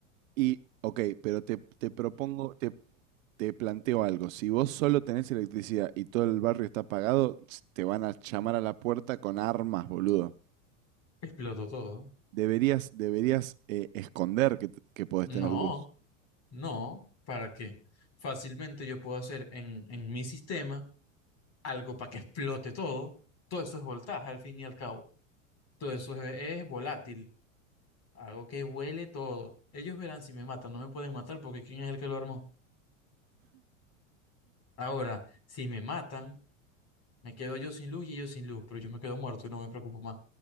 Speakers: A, on the right; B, on the left.
A: Y, ok, pero te, te propongo, te, te planteo algo. Si vos solo tenés electricidad y todo el barrio está apagado, ts- te van a llamar a la puerta con armas, boludo.
B: Exploto todo.
A: Deberías, deberías eh, esconder que, t- que podés
B: No,
A: tener luz.
B: no, ¿para qué? Fácilmente yo puedo hacer en, en mi sistema algo para que explote todo. Todo eso es voltaje, al fin y al cabo. Todo eso es, es volátil. Hago que vuele todo. Ellos verán si me matan, no me pueden matar porque ¿quién es el que lo armó? Ahora, si me matan... Me quedo yo sin luz y ellos sin luz, pero yo me quedo muerto y no me preocupo más.